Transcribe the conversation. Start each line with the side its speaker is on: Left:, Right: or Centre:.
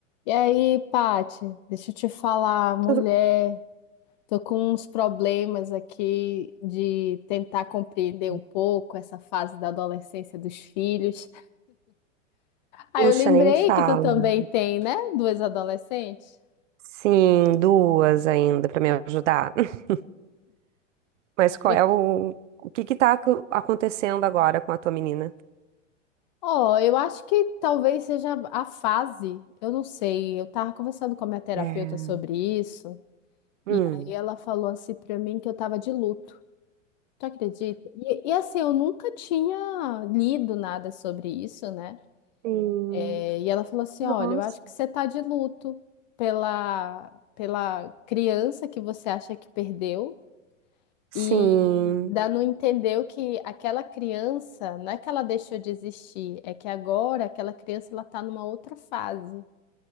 Left: E aí, Pati, deixa eu te falar, mulher,
Right: Tudo...
Left: tô com uns problemas aqui de tentar compreender
Right: bem.
Left: um pouco essa fase da adolescência dos filhos. Ah,
Right: Puxa,
Left: eu lembrei
Right: nem me fala.
Left: que tu também tem, né? Duas adolescentes.
Right: Sim, duas ainda pra me ajudar. <laughs> Mas qual
Left: Me-
Right: é o. O que que tá ac- acontecendo agora com a tua menina?
Left: Ó, eu acho que talvez seja a fase, eu não sei. Eu tava conversando com a minha terapeuta
Right: É.
Left: sobre isso,
Right: Hum.
Left: e aí ela falou assim pra mim que eu tava de luto. Tu acredita? E, e assim, eu nunca tinha lido nada sobre isso, né?
Right: Sim.
Left: É, E ela falou assim:
Right: Nossa.
Left: Olha, eu acho que você tá de luto pela, pela criança que você acha que perdeu,
Right: Sim,
Left: e dá não entendeu que aquela criança, não é que ela deixou de existir, é que agora aquela criança ela tá numa outra fase,